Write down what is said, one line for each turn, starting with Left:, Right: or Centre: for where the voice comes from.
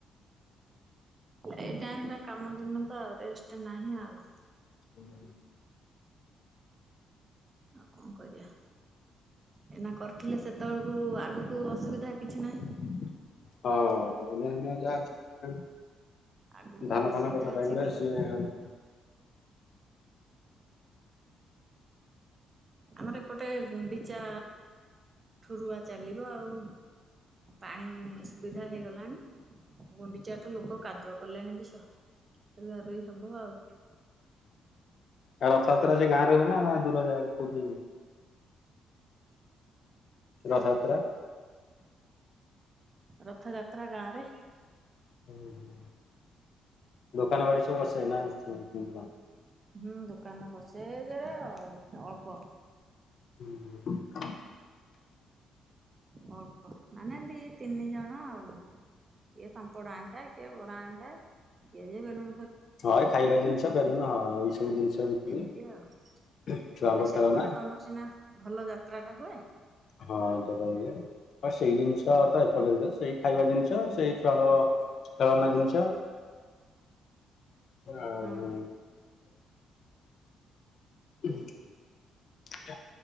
Right: ଏଇ ଟାଇମ୍ ଟା କାମ ଦିନ ତ, ରେଷ୍ଟ ନାହିଁ ଆଉ।
Left: ହୁଁ
Right: <unintelligible> କଣ କରିବା। ଏନା କରିଥିଲେ ସେତେବେଳକୁ ଆଗକୁ ଅସୁବିଧା କିଛି ନାହିଁ।
Left: ହଁ। <unintelligible>
Right: ଆଗକୁ
Left: ଧାନ
Right: ଆଉ ଅସୁବିଧା
Left: ଫାନ କଟା
Right: ଅଛି
Left: ଟାଇମ
Right: କି
Left: ରେ ସିଏ ଆଉ
Right: ଆମର ଏପଟେ ଗୁଣ୍ଡିଚା ଠୁରୁଆ ଚାଲିବ ଆଉ। ପାଣି ସୁବିଧା ହେଇଗଲାଣି, ଗୁଣ୍ଡିଚାଠୁ ଲୋକ କାଦୁଅ କଲେଣି ବି ସହ ରୁଆ ରୁହି ହବ ଆଉ।
Left: ଆଉ ରଥଯାତ୍ରା ସେ ଗାଁ ରେ ହୁଏ ନାଁ, ଦୂର ଯାଗ କୋଉଠି। ଶୁଭ ରଥଯାତ୍ରା।
Right: ରଥଯାତ୍ରା ଗାଁ ରେ
Left: ହୁଁ ହୁଁ, ଦୋକାନବାଡି ସବୁ ବସେ ନାଁ କେମିତି କଣ?
Right: ହୁଁ ଦୋକାନ ବସେ ଯେ ଅ ଅଳ୍ପ।
Left: ହୁଁ।
Right: ଅଳ୍ପ ମାନେ ଦି ତିନି ଜଣ ଆଉ। କିଏ ପାମ୍ପଡ଼ ଆଣିଥାଏ, କିଏ ବରା ଆଣିଥାଏ, କିଏ ଯେ ବେଲୁନୁ।
Left: ହଁ ଏ ଖାଇବା ଜିନିଷ ବେଲୁନ ହଁ, ଏଇ ସବୁ ଜିନିଷ ବିକି
Right: ଏମିତି ଆଉ
Left: ଛୁଆ
Right: ହେଲେ
Left: ଙ୍କ
Right: ସେପଟେ
Left: ଖେଳନା।
Right: ତମର ସିନା ଭଲ ଯାତ୍ରାଟା ହୁଏ।
Left: ହଁ ଦବା ଇଏ ଆ ସେଇ ଜିନିଷ ତ ଏପଟେ ହୁଏ, ସେଇ ଖାଇବା ଜିନିଷ।
Right: ହୁଁ
Left: ତ ସେଇ ଛୁଆଙ୍କ ଖେଳନା ଜିନିଷ। ଆଉ।
Right: ହୁଁ
Left: ଉଁ ହୁଁ।